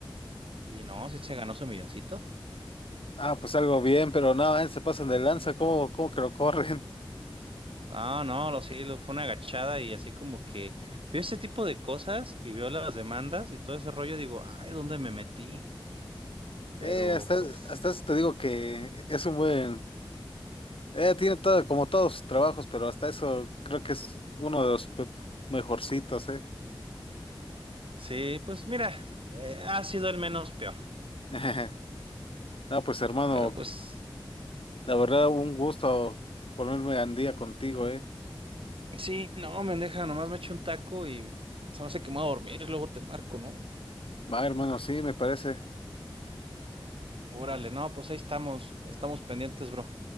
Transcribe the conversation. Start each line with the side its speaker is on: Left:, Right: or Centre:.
Right: Y no, sí se ganó su milloncito.
Left: Ah, pues algo bien, pero no, eh, se pasan de lanza. ¿Cómo, cómo que lo corren? <laughs>
Right: No, no, lo sí, lo- fue una agachada y así como que vio ese tipo de cosas y vio las demandas y todo ese rollo, digo, ay, ¿dónde me metí? Pero
Left: Eh, hasta,
Right: pues
Left: hasta eso te digo que es un buen. Eh, tiene todo, como todos sus trabajos, pero hasta eso creo que es uno de los pe- mejorcitos, ¿eh?
Right: Sí, pues mira, eh, ha sido el menos peor.
Left: <laughs> No, pues hermano,
Right: Pero pues,
Left: la verdad, un gusto ponerme al día contigo, ¿eh?
Right: sí, no, mendeja, nomás me echo un taco y se me hace que me voy a dormir, luego te marco, ¿no?
Left: Va, hermano, sí, me parece.
Right: Órale, no, pues ahí estamos, estamos pendientes, bro.